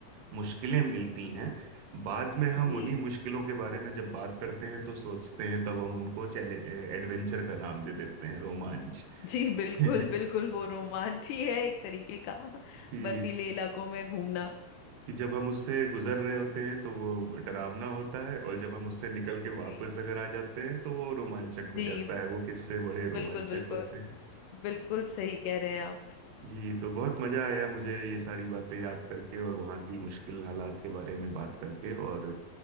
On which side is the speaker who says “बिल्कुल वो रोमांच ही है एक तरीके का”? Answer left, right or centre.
Left